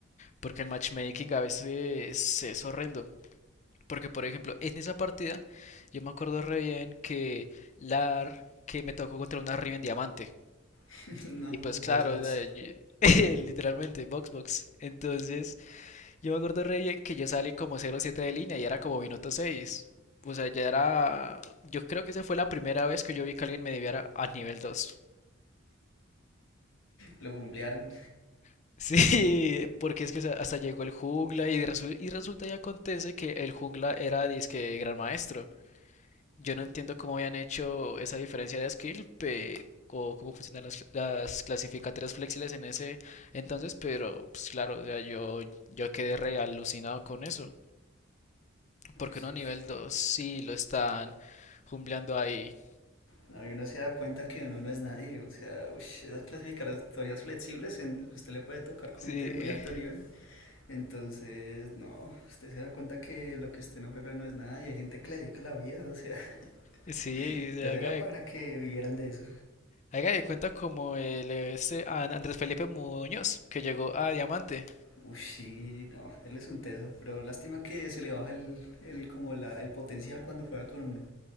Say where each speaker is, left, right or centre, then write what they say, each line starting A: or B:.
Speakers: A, on the left (about 35°); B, on the left (about 70°).
A: Porque el matchmaking a veces es horrendo. Porque, por ejemplo, en esa partida, yo me acuerdo re bien que Lar, que me tocó contra una Riven Diamante.
B: <laughs> No,
A: Y pues, claro,
B: bots, bots.
A: era- yo- <laughs> literalmente, box box. Entonces, yo me acuerdo re bien que yo salí como 0-7 de línea y era como minuto seis O sea, ya era. Yo creo que esa fue la primera vez que yo vi que alguien me debiera a nivel dos
B: Lo jumblearon.
A: <laughs> Sí, porque es que hasta hasta llegó el jungla y, resu- y resulta y acontece que el jungla era disque gran maestro. Yo no entiendo cómo habían hecho esa diferencia de skill pe- o cómo funcionan las, las clasificatorias flexibles en ese entonces, pero pues claro, o sea, yo, yo quedé re alucinado con eso. Porque
B: sí,
A: uno nivel
B: sí.
A: 2 sí lo están jumbleando ahí.
B: No, y uno se da cuenta que uno no es nadie. O sea, ush, esas clasificatorias flexibles, en- usted le puede tocar con
A: Sí,
B: gente de muy alto nivel. Entonces, no, usted se da cuenta que lo que usted no juega no es nada y hay gente que le dedica la vida. O sea,
A: sí,
B: <laughs>
A: o
B: ya será
A: haga de,
B: para que vivieran de eso.
A: haga de cuenta como el este An- Andrés Felipe Muñoz, que llegó a Diamante.
B: Uy, sí, no, él es un teso. Pero lástima que se le baja el, el, como la, el potencial cuando juega con uno.